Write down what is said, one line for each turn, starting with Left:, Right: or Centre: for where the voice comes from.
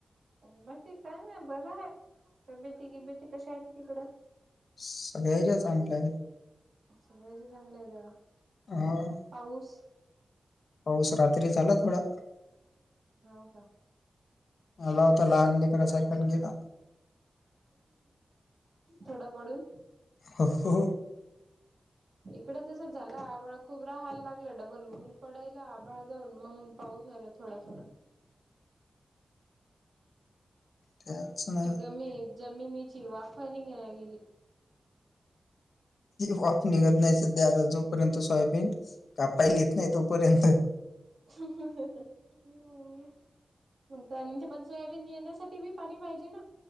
Right: बाकी काय नाही बरं आहे. तब्येती, गिबेती कशा आहेत तिकड?
Left: सगळ्याच्या चांगल्या आहेत.
Right: सगळ्याचे चांगले आहेत त्या का?
Left: हा, आ..
Right: पाऊस.
Left: पाऊस रात्री झाला थोडा.
Right: हाव का.
Left: मला होता लहान लेकरा सारखा अन गेला.
Right: थोडा पडून.
Left: हो.
Right: इकड तसं झाल आभाळ खूप राहायला लागलं डबल ऊन पडायल ळा जाऊन मग पाऊस आला थोडा, थोडा.
Left: त्याच ना
Right: गमी जमिनीची वाफर ही निघना गेली.
Left: प निघत नाही सध्या आता जोपर्यंत सोयाबीन कापायला येत नाही तोपर्यंत.
Right: ह. <unintelligible> पण सोयाबीन येण्यासाठी बी पाणी पाहिजेना.